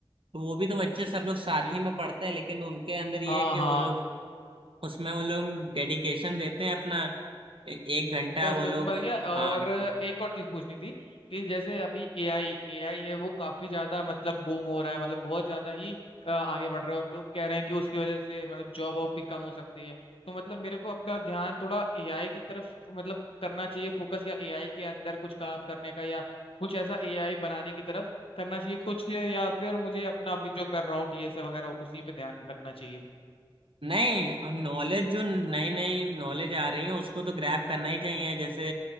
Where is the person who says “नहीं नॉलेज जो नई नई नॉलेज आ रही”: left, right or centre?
Right